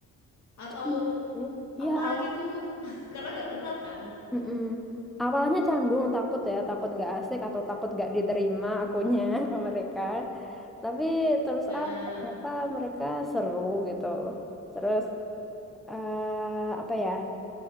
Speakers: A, on the left; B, in the centre.
A: atau
B: Jadi, Iya
A: apa
B: awal.
A: gitu? <laughs> Karena nggak kenal kan.
B: Mm-mm. Awalnya canggung, takut ya, takut nggak asik atau takut nggak diterima akunya <laughs> ke mereka. Tapi terus
A: Nah,
B: ah ternyata mereka seru gitu. Terus eh, apa ya?